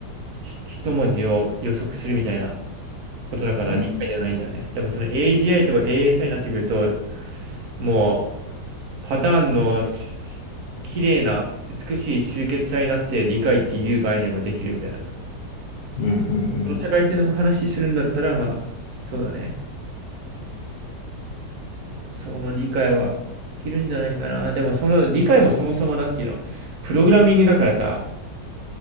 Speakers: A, on the right; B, on the left.
A: ひ一文字を予測するみたいなことだから理解ではないんだよね。
B: うんうん
A: でもその AGI とか ASI になってくると、もうパターンのしし綺麗な美しい集結体になって理解っていう概念もできるみたいな。
B: うん
A: その世界線の話するんだったら、まあ、そうだね。その理解はできるんじゃないかな。でもその理解もそもそもなんていうの、プログラミングだからさ、